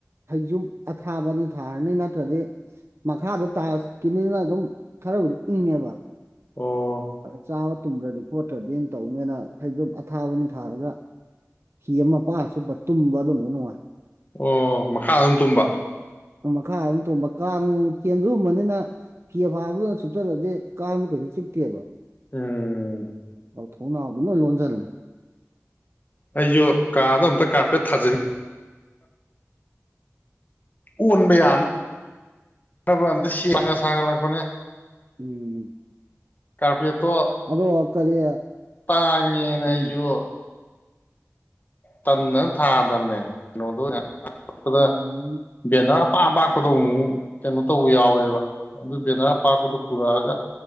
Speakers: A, on the right; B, on the left.
A: ꯐꯩꯖꯨꯞ ꯑꯊꯥꯕ ꯑꯅꯤ ꯊꯥꯔꯅꯤ ꯅꯠꯇ꯭ꯔꯗꯤ ꯃꯈꯥꯗꯣ ꯇꯥꯏꯂꯁ ꯀꯤꯅꯤꯅ ꯑꯗꯨꯝ ꯈꯔꯕꯨꯗꯤ ꯏꯪꯉꯦꯕ
B: ꯑꯣ
A: ꯑ ꯆꯥ ꯇꯨꯝꯗ꯭ꯔꯗꯤ ꯈꯣꯠꯇ꯭ꯔꯗꯤꯅ ꯇꯧꯅꯦꯅ ꯐꯖꯝ ꯑꯊꯥꯕꯅꯤ ꯊꯥꯔꯒ ꯐꯤ ꯑꯃ ꯄꯥꯛꯑ ꯆꯨꯞꯄ ꯇꯨꯝꯕ ꯑꯗꯨꯝ ꯅꯨꯡꯉꯥꯏ
B: ꯑꯣ ꯃꯈꯥ ꯑꯗꯨꯝ ꯇꯨꯝꯕ
A: ꯃꯈꯥ ꯑꯗꯨꯝ ꯇꯣꯡꯕ ꯀꯥꯡ ꯆꯦꯟꯖꯨꯝꯕꯅꯤꯅ ꯐꯤ ꯐꯥꯕꯗꯨꯅ ꯁꯨꯞꯆꯜꯂꯗꯤ ꯀꯥꯡ ꯀꯩꯁꯨ ꯆꯤꯛꯇ꯭ꯔꯦꯕ
B: ꯎꯝ
A: ꯑꯧ ꯊꯧꯅꯥꯎꯗ ꯅꯣꯏ ꯂꯣꯟꯁꯤꯜꯂꯦ
B: ꯑꯩꯁꯨ ꯀꯥꯗꯣ ꯑꯝꯇ ꯀꯥꯔꯄꯦꯠ ꯊꯥꯖꯤꯟ ꯀꯣꯟꯕ ꯌꯥꯅ ꯅꯕ ꯑꯝꯇ ꯁꯦꯝ ꯁꯥꯒ ꯁꯥꯒꯠꯂꯛꯄꯅꯦ
A: ꯎꯝ
B: ꯀꯔꯄꯦꯠ ꯇꯣ
A: ꯑꯗꯣ ꯀꯔꯤ
B: ꯇꯥꯡꯉꯦꯅ
A: ꯎꯝ
B: ꯑꯩꯁꯨ ꯇꯟꯅ ꯊꯥꯗꯕꯅꯦ ꯀꯩꯅꯣꯗꯣ ꯄꯗ
A: ꯎꯝ
B: ꯕꯦꯅꯥ ꯑꯄꯥ ꯑꯄꯥꯛꯄꯗꯣ ꯑꯃꯨꯛ ꯀꯩꯅꯣ ꯇꯧꯕ ꯌꯥꯎꯋꯦꯕ ꯑꯗꯨ ꯕꯦꯅꯔ ꯑꯄꯥꯛꯄꯗꯣ ꯄꯨꯔꯛꯑꯒ